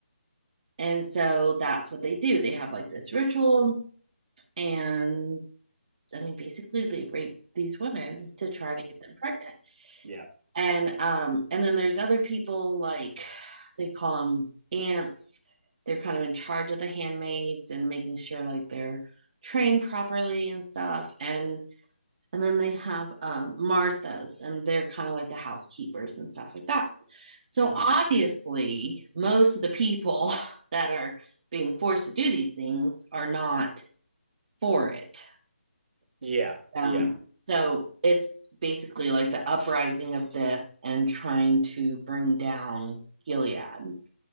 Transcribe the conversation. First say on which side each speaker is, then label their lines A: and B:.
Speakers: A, on the right (about 35°); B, on the right (about 50°).
A: and so that's what they do they have like this ritual and i mean basically they rape these women to try to get them pregnant
B: Yeah.
A: and um and then there's other people like they call them aunts, they're kind of in charge of the handmaids and making sure like they're trained properly and stuff and and then they have um, marthas and they're kind of like the housekeepers and stuff like that so
B: hmm
A: obviously most of the people <laughs> that are being forced to do these things are not for it
B: Yeah.
A: um,
B: Yeah.
A: so it's basically like the uprising of this and trying to bring down Gilead.